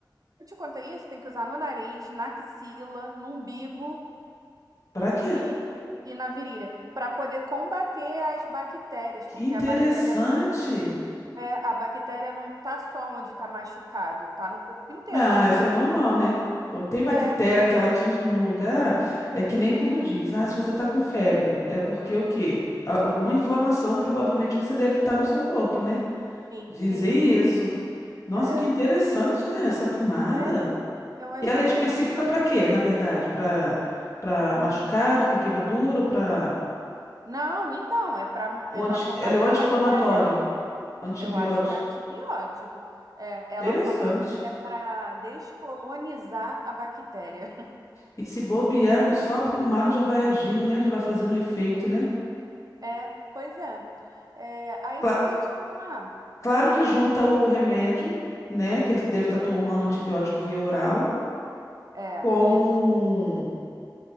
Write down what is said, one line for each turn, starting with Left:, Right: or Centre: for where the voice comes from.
Right: Eu te contei isso, tem que usar no nariz, na axila, no umbigo
Left: Pra quê?
Right: e, e na virilha, para poder combater as bactérias,
Left: Que
Right: porque
Left: interessante.
Right: a bactéria não é, a bactéria não tá só onde tá machucado, tá no corpo inteiro.
Left: Ah, isso é normal, né? Quando tem bactéria
Right: É,
Left: que ela atinge num lugar, é que nem quando diz, ah, se você tá com febre, é porque o quê? A- Alguma inflamação provavelmente você deve estar no seu corpo, né?
Right: sim,
Left: Dizer
Right: sim,
Left: isso. Nossa,
Right: é,
Left: que interessante, né? Essa pomada.
Right: é, eu achei
Left: E ela
Right: interessante.
Left: é específica pra quê, na verdade? Pra para machucado, pra queimadura ou para
Right: Não, então, é para
Left: o
Right: é
Left: anti...
Right: para combater
Left: ela é o anti-inflamatório,
Right: a bactéria.
Left: antibiótico.
Right: Eu acho que é antibiótico. É, ela
Left: Interessante.
Right: falou que é para descolonizar a bactéria.
Left: E se bobear, só a pomada já vai agindo, né? Já vai fazendo efeito, né?
Right: É, pois é. É, aí
Left: Cla-
Right: sabe o que eu ia te falar?
Left: Claro que
Right: É,
Left: junta o remédio, né, que ele deve estar tomando antibiótico via oral,
Right: é,
Left: com
Right: isso.